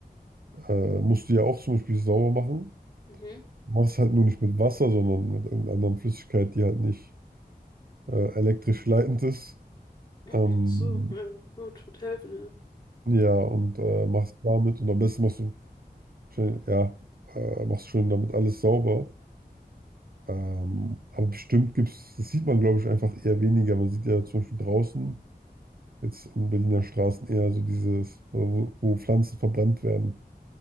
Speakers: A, on the right; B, on the left.
A: äh, musst du ja auch zum Beispiel sauber machen.
B: Mhm.
A: Machst halt nur nicht mit Wasser, sondern mit irgendeiner anderen Flüssigkeit, die halt nicht äh, elektrisch leitend ist.
B: Mhm.
A: Ähm,
B: So, ähm, gut, wird helfen, ja.
A: ja, und äh, machst damit und am besten machst du Schön, ja, äh, machst schon damit alles sauber. Ähm, aber bestimmt gibt es, das sieht man, glaube ich, einfach eher weniger. Man sieht ja zum Beispiel draußen, jetzt in Berliner Straßen eher so dieses, wo, wo Pflanzen verbrannt werden